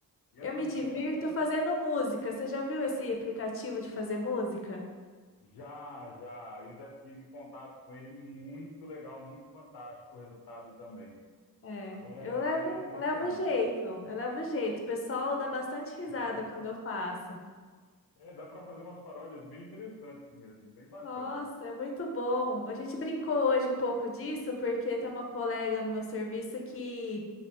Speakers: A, on the left (about 85°); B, on the left (about 35°).
A: E assim,
B: eu me divirto
A: essa
B: fazendo música. Você já viu esse aplicativo de fazer música?
A: já, já, eu já tive contato com ele, muito legal, muito fantástico o resultado também.
B: É,
A: Agora
B: eu
A: é
B: levo,
A: é impressionante.
B: eu levo jeito, eu levo jeito. O pessoal dá bastante
A: <laughs>
B: risada quando eu faço.
A: É, dá para fazer umas paródias bem interessantes mesmo, bem bacana.
B: Nossa, é muito bom. A gente brincou hoje um pouco disso, porque tem uma colega no meu serviço que